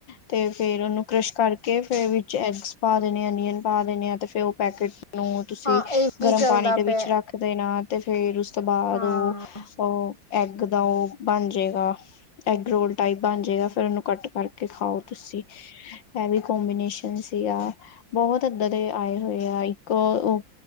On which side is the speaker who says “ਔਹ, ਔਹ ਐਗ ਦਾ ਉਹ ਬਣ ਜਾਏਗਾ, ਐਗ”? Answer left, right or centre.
Left